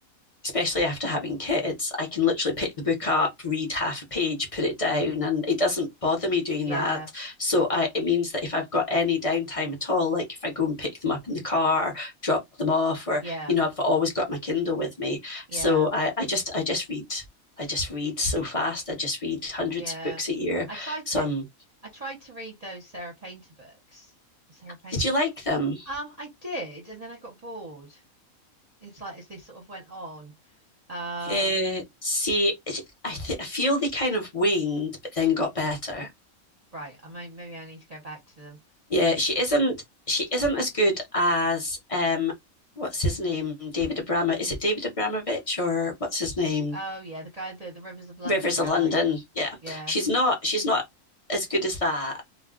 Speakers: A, on the left; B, on the right.
A: especially after having kids, I can literally pick the book up, read half a page, put it down, and it doesn't bother me doing
B: Yeah,
A: that. So I, it means that if I've got any downtime at all, like if I go and pick them up in the car, drop them off, or
B: yeah,
A: you know, I've always got my Kindle with me.
B: yeah,
A: So I, I just, I just read. I just read so fast. I just read hundreds
B: yeah.
A: of books a year.
B: I tried
A: So
B: to,
A: I'm.
B: I tried to read those Sarah Painter books. Sarah Painter.
A: Did you like them?
B: Um, I did, and then I got bored. It's like as they sort of went on. Um,
A: Uh, see, I, th- I feel they kind of waned, but then got better.
B: right. I mean, maybe I need to go back to them.
A: Yeah, she isn't she isn't as good as um what's his name? David Abrama. Is it David Abramovich or what's his name?
B: Oh yeah, the guy, the the Rivers of London
A: Rivers
B: guy.
A: of London. Yeah.
B: Yeah,
A: She's not she's not as good as that.